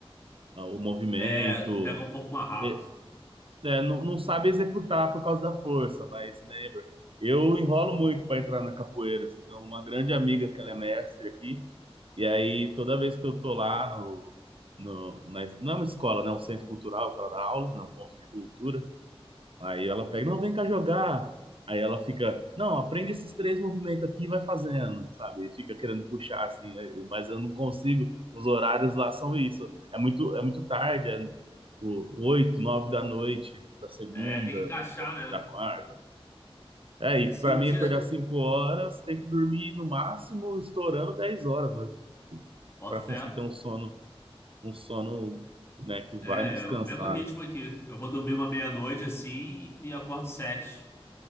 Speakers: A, on the right (about 60°); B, on the left (about 25°).
A: ah, o movimento.
B: É, pega um pouco mais rápido.
A: É, é, não, não sabe executar por causa da força, mas lembra. Eu enrolo muito para entrar na capoeira, assim, então uma grande amiga que ela é mestre aqui, e aí toda vez que eu tô lá no, no na, não é uma escola, né, é um centro cultural que ela dá aula, né, um ponto de cultura, Aí ela pega, não, vem cá jogar. Aí ela fica, não, aprende esses três movimentos aqui e vai fazendo, sabe? E fica querendo puxar assim, aí- mas eu não consigo. Os horários lá são isso. É muito, é muito tarde, é o- oito, nove da noite, da segunda,
B: É, tem que encaixar,
A: da,
B: né?
A: da quarta. É, e
B: Se
A: para
B: um
A: mim
B: dia,
A: acordar cinco horas, tem que dormir no máximo estourando dez horas, mas
B: boto
A: para
B: fé.
A: conseguir ter um sono, um sono, né, que vai
B: É,
A: me descansar,
B: é o mesmo ritmo
A: né?
B: aqui. Eu vou dormir uma meia-noite assim e acordo sete,